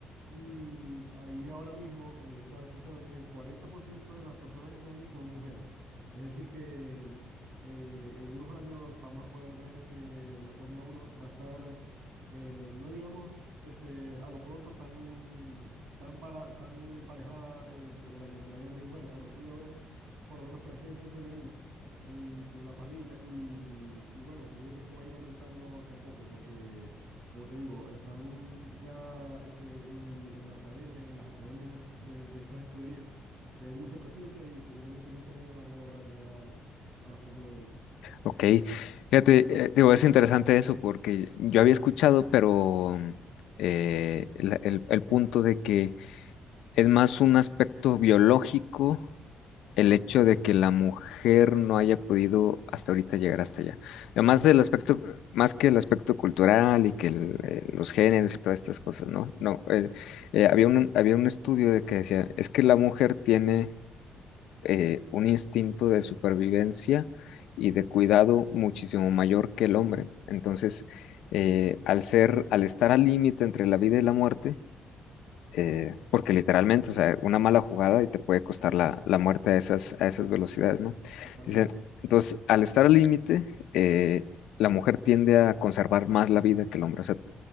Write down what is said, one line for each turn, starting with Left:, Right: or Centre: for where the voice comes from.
Right: Y ahí ahora mismo eh, he estado escuchando que el 40% de las personas que están allí son mujeres. Es decir, que eh, en unos años vamos a poder ver que la Fórmula uno va a estar eh, no digamos este, a lo pronto tan, tan, para, tan emparejada eh, entre la cantidad de hombres y mujeres, pero sí va a haber por lo menos presencia femenina en, en la parrilla y, mm, y bueno, seguro que eso va a ir aumentando de a poco porque, como te digo, están ya este, en el- en la academia, en las academias de, de estas escuderías, ya hay mucha presencia y seguramente muchas de ellas van a lograr llegar a, a la Fórmula uno
Left: Ok, fíjate, eh, digo, es interesante eso porque yo había escuchado, pero eh, la- el, el punto de que Es más un aspecto biológico
Right: ¿ya?
Left: el hecho de que la mujer no haya podido hasta ahorita llegar hasta allá. Además del aspecto, más que el aspecto cultural y que el- eh, los géneros y todas estas cosas, ¿no? No, eh, eh, había un, había un estudio de que decía, es que la mujer tiene eh, un instinto de supervivencia y
Right: Ujú.
Left: de cuidado muchísimo mayor que el hombre. Entonces, eh,
Right: <laughs>
Left: al ser, al estar al límite entre la vida y la muerte, eh, porque literalmente, o sea, una mala jugada y te puede costar
Right: Sí,
Left: la, la muerte a esas, a esas
Right: sí,
Left: velocidades, ¿no?
Right: totalmente.
Left: Dicen, entonces, al estar al límite, eh, la mujer tiende a conservar más la vida que el hombre. O sea,